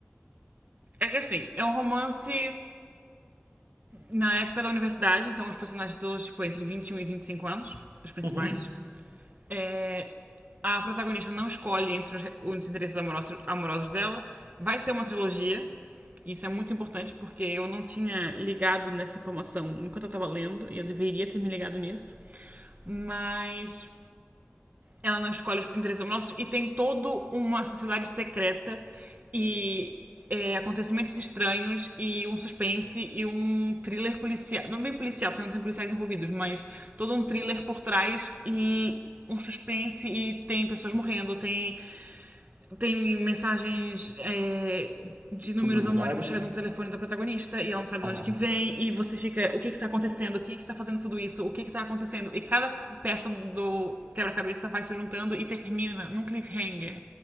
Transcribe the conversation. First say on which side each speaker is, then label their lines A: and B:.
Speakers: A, on the right; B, on the right.
A: É que assim, é um romance. na época da universidade, então os personagens todos, tipo, entre vinte e um e e 25 anos, os principais.
B: uhum.
A: É, a protagonista não escolhe entre os, os interesses amorosos, amorosos dela. Vai ser uma trilogia. Isso é muito importante porque eu não tinha ligado nessa informação enquanto eu estava lendo e eu deveria ter me ligado nisso. Mas ela não escolhe os interesses amorosos e tem toda uma sociedade secreta e é, acontecimentos estranhos e um suspense e um thriller policial. Não é bem policial, porque não tem policiais envolvidos, mas todo um thriller por trás e um suspense e tem pessoas morrendo, tem tem mensagens é, de números
B: Subliminares?
A: anônimos chegando no telefone da protagonista e ela não sabe
B: Ah,
A: de onde que vem e você fica, o que que tá acontecendo? Quem é que tá fazendo tudo isso? O que que tá acontecendo? E cada peça do quebra-cabeça vai se juntando e termina num cliffhanger